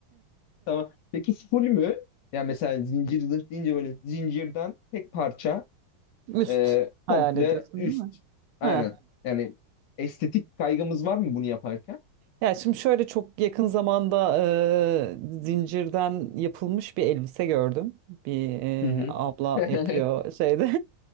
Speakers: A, on the left; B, on the right.
A: Tamam. Peki full mü? Yani mesela zincir zırh deyince böyle zincirden tek parça
B: <laughs> Üst
A: e, komple
B: hayal ediyorsun
A: üst.
B: değil mi?
A: Aynen.
B: Ha.
A: Yani estetik kaygımız var mı bunu yaparken?
B: Ya şimdi şöyle çok yakın zamanda e, zincirden yapılmış bir elbise gördüm. Bir e,
A: Hı hı.
B: abla
A: <laughs>
B: yapıyor şeyde